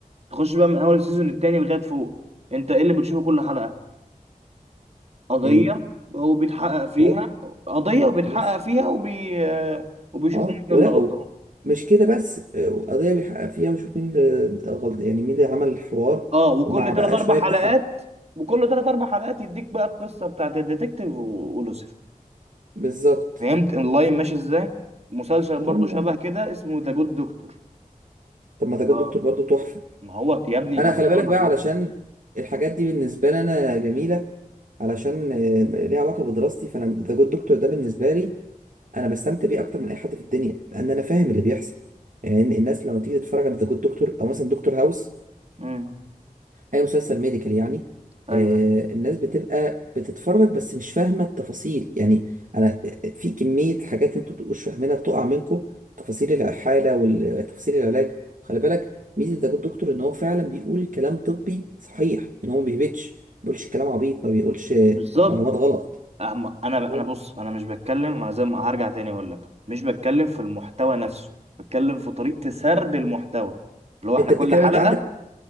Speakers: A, on the right (about 45°); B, on the right (about 65°).
A: تخش بقى من اول سيزون التاني لغايه فوق انت ايه اللي بتشوفه كل حلقه قضيه
B: ايه
A: وبيتحقق فيها
B: طيب
A: قضيه وبيتحقق
B: ماشي
A: فيها وبي... وبيشوفوا
B: اه
A: مين
B: ولقوا
A: اللي غلطان
B: مش كده بس آه، قضيه بيحقق فيها ويشوف مين اللي غلط يعني مين اللي عمل الحوار
A: اه وكل
B: ومع بقى
A: تلات اربع
B: شويه
A: حلقات
B: تحب
A: وكل تلات اربع حلقات يديك بقى القصه بتاعت الديتكتيف و- ولوسيفر
B: بالظبط
A: فهمت اللاين ماشي ازاي مسلسل برضو
B: تمام
A: شبه كده اسمه ذا جود دكتور
B: طب ما تاخد
A: لا
B: دكتور برضو تحفة
A: ما هو يا ابني
B: انا
A: ما انا
B: خلي
A: بقول
B: بالك بقى
A: لك اهو
B: علشان الحاجات دي بالنسبة لي انا جميلة علشان آه، ليها علاقة بدراستي فانا تاخد دكتور ده بالنسبة لي انا بستمتع بيه اكتر من اي حد في الدنيا لان انا فاهم اللي بيحصل يعني الناس لما بتيجي تتفرج على ذا جود دكتور او مثلا دكتور هاوس
A: امم
B: اي مسلسل ميديكال يعني
A: ايوه
B: آه، الناس بتبقى بتتفرج بس مش فاهمه التفاصيل يعني انا في كميه حاجات انتوا بتبقوش فاهمينها بتقع منكم تفاصيل الحاله وتفاصيل العلاج خلي بالك ميزه ده الدكتور ان هو فعلا بيقول كلام طبي صحيح ان هو ما بيهبطش ما بيقولش كلام عبيط ما بيقولش آه،
A: بالظبط
B: معلومات غلط
A: أهم- انا
B: اه
A: انا بص انا مش بتكلم انا زي ما هرجع تاني اقول لك مش بتكلم في المحتوى نفسه بتكلم في طريقة سرد المحتوى اللي هو احنا
B: انت
A: كل
B: بتتكلم
A: حلقة
B: انت عندك